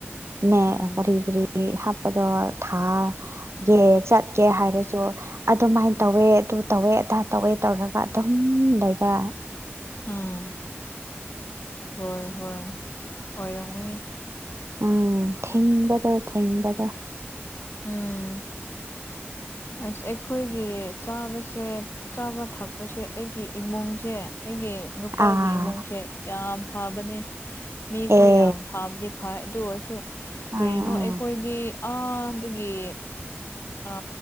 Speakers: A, on the right; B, on the left.
A: ꯅꯦ꯫
B: ꯎꯝ
A: ꯀꯔꯤ ꯀꯔꯤ ꯍꯥꯞꯄꯗꯣ ꯊꯥꯗꯣ ꯆꯠꯀꯦ ꯍꯥꯏꯔꯁꯨ ꯑꯗꯨꯃꯥꯏꯅ ꯇꯧꯋꯦ ꯑꯗꯨ ꯇꯧꯋꯦ ꯑꯗꯥ ꯇꯧꯋꯦ ꯇꯧꯔꯒ ꯑꯗꯨꯝ ꯂꯩꯕ꯫
B: ꯎꯝ ꯍꯣꯏ ꯍꯣꯏ ꯑꯣꯏꯔꯝꯒꯅꯤ꯫
A: ꯎꯝ ꯊꯦꯡꯕꯗ ꯊꯦꯡꯕꯗ
B: ꯎꯝ꯫ ꯑꯁ ꯑꯩꯈꯣꯏꯒꯤ ꯆꯥꯕꯁꯦ꯫ ꯆꯥꯕ ꯊꯛꯄꯁꯦ ꯑꯩꯒꯤ ꯏꯃꯨꯡꯁꯦ ꯑꯩꯒꯤ꯫ ꯅꯨꯄꯥꯒꯤ
A: ꯑꯥ
B: ꯏꯃꯨꯡꯁꯦ ꯌꯥꯝ ꯐꯕꯅꯦ ꯃꯤꯈꯣꯏ
A: ꯑꯦ
B: ꯌꯥꯝ ꯐꯕꯅꯤ ꯍꯥꯏ ꯑꯗꯨ ꯑꯣꯏꯔꯁꯨ
A: ꯑꯥ
B: ꯀꯔꯤꯅꯣ
A: ꯑꯥ
B: ꯑꯩꯈꯣꯏꯗꯤ ꯑꯗꯒꯤ ꯑ